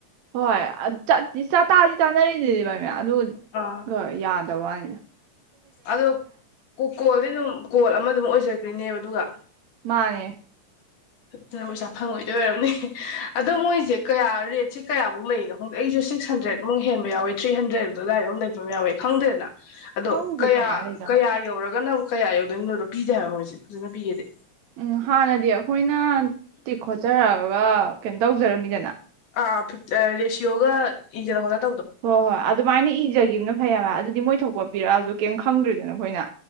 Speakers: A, on the right; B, on the left.
A: ꯍꯣꯏ ꯑꯗ ꯆꯠ ꯂꯤꯁꯥ ꯇꯥꯗꯤ ꯇꯥꯅꯔꯤꯅꯤꯗꯤꯕꯥꯏ ꯑꯗꯨ
B: ꯑꯥ
A: ꯒ ꯌꯥꯗꯕ ꯋꯥꯅꯤꯗ
B: ꯑꯗꯣ ꯀꯣꯀꯣ ꯗꯤ ꯑꯗꯨꯝ ꯀꯣꯜ ꯑꯃ ꯑꯗꯨꯝ ꯑꯣꯏꯖꯗꯨꯏꯅꯦꯕ ꯑꯗꯨꯒ
A: ꯃꯥꯅꯦ
B: ꯑꯗꯨꯅ ꯄꯩꯁꯥ ꯐꯪꯉꯣꯏꯗꯣꯏ ꯑꯣꯏꯔꯝꯅꯤ ꯑꯗꯣ ꯃꯣꯏꯁꯦ ꯀꯌꯥ ꯔꯦꯠꯁꯦ ꯀꯌꯥꯃꯨꯛ ꯂꯩꯔꯤꯅꯣ ꯈꯪꯗꯦ ꯑꯩꯁꯨ ꯁꯤꯛꯁ ꯍꯟꯗ꯭ꯔꯦꯗꯃꯨꯛ ꯍꯦꯟꯕ ꯌꯥꯎꯋꯦ ꯊ꯭ꯔꯤ ꯍꯟꯗ꯭ꯔꯦꯗ ꯑꯗꯨꯗꯥꯏꯗ ꯑꯃꯨ ꯂꯩꯕ ꯑꯃ ꯌꯥꯎꯋꯦ ꯈꯪꯗ꯭ꯔꯦꯅ ꯑꯗꯣ
A: ꯈꯪꯗꯦ
B: ꯀꯌꯥ
A: ꯀꯃꯥꯏ ꯂꯩꯖꯥꯠꯅꯣ
B: ꯀꯌꯥ ꯌꯧꯔꯒꯅ ꯑꯃꯨꯛ ꯀꯌꯥ ꯌꯧꯗꯣꯏꯅꯣꯗꯣ ꯄꯤꯗꯦ ꯍꯥꯏꯕ ꯃꯣꯏꯁꯦ ꯐꯖꯅ ꯄꯤꯒꯦꯗꯦ
A: ꯎꯝ ꯍꯥꯟꯅꯗꯤ ꯑꯈꯣꯏꯅ ꯇꯤꯛ ꯈꯣꯇꯆꯔ ꯑ ꯀꯩꯅꯣ ꯇꯧꯖꯔꯝꯃꯤꯗꯅ
B: <inaudible>
A: ꯍꯣ ꯍꯣꯏ ꯑꯗꯨ ꯑꯗꯨꯃꯥꯏꯅ ꯏꯖꯒꯤꯕꯅ ꯐꯩ ꯍꯥꯏꯕ ꯑꯗꯨꯗꯤ ꯃꯣꯏ ꯊꯣꯛꯄ ꯄꯤꯔꯛꯑꯖꯨ ꯀꯩꯝ ꯈꯪꯗ꯭ꯔꯦꯗꯅ ꯑꯈꯣꯏꯅ